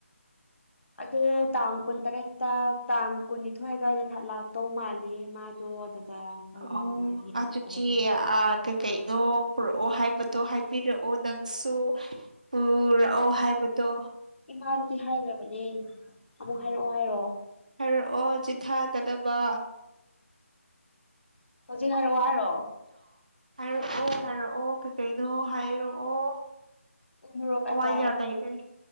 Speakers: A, on the left; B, on the right.
A: ꯑꯗꯣ ꯇꯥꯡ ꯀꯨꯟꯇꯔꯦꯠꯇ ꯇꯥꯡ ꯀꯨꯟꯅꯤꯊꯣꯏ ꯑꯗꯨꯋꯥꯏꯗ ꯅꯍ ꯂꯥꯛꯇꯧ ꯃꯥꯜꯂꯦ ꯃꯥꯗꯣ ꯑꯗꯨꯗ ꯈꯪꯗꯦ
B: ꯑꯣ
A: ꯑꯗꯨꯃꯥꯏꯅ ꯄꯤꯍꯜꯂꯛꯑꯣ
B: ꯑꯆꯨ ꯆꯤ ꯑ ꯀꯩ ꯀꯩꯅꯣ ꯄꯨꯔꯛꯑꯣ ꯍꯥꯏꯕꯗꯣ ꯍꯥꯏꯕꯤꯔꯛꯑꯣ ꯅꯪꯁꯨ ꯄꯨꯔꯛꯑꯣ ꯍꯥꯏꯕꯗꯣ
A: ꯏꯃꯥꯗꯗꯤ ꯍꯥꯏꯒ꯭ꯔꯕꯅꯦ ꯑꯃꯨꯛ ꯍꯥꯏꯔꯛꯑꯣ ꯍꯥꯏꯔꯣ
B: ꯍꯥꯏꯔꯛꯑꯣ ꯆꯤꯠꯊꯥꯒꯗꯕ
A: ꯍꯧꯖꯤꯛ ꯍꯥꯏꯔꯛꯑꯣ ꯍꯥꯏꯔꯣ
B: ꯍꯥꯏꯔꯛꯑꯣ ꯍꯥꯏꯔꯛꯑꯣ ꯀꯩꯀꯩꯅꯣ ꯍꯥꯏꯔꯛꯑꯣ
A: ꯎ ꯃꯣꯔꯣꯛ
B: ꯍꯋꯥꯏꯖꯥꯔ
A: ꯑꯆꯥꯔ
B: ꯂꯩꯔꯦ